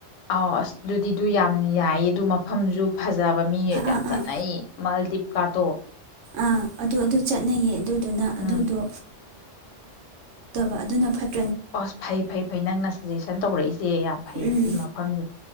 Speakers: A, on the left; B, on the right.
A: ꯑꯧ ꯗꯨꯗꯤ ꯗꯨ ꯌꯥꯝ ꯌꯥꯌ‌ꯦ ꯗꯨ ꯃꯐꯝꯖꯨ ꯐꯖꯕ ꯃꯤ ꯌꯥꯝ
B: ꯑꯥ
A: ꯆꯠꯅꯩ
B: ꯑꯥ
A: ꯃꯥꯜꯗꯤꯞꯀꯥꯗꯣ
B: ꯑꯪ ꯑꯗꯨ ꯆꯠꯅꯩꯌ‌ꯦ <unintelligible>
A: ꯎꯝ
B: ꯑꯗꯨꯗꯣ <inaudible> <inaudible>
A: ꯑꯁ ꯐꯩ ꯐꯩ ꯐꯩ ꯅꯪ <inaudible> ꯖꯦꯁꯟ ꯇꯧꯔꯛꯏꯁꯦ ꯌꯥꯝ ꯐꯩ
B: ꯑꯝ
A: ꯁꯤ ꯃꯐꯝꯁꯦ